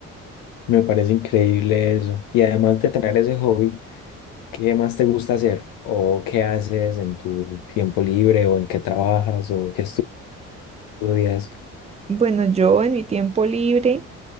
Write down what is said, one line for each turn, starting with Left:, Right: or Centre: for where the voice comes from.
Left: Me parece increíble eso. Y además de tener ese hobby, ¿qué más te gusta hacer? ¿O qué haces en tu tiempo libre? ¿O en qué trabajas? ¿O qué estudias?
Right: Bueno, yo en mi tiempo libre,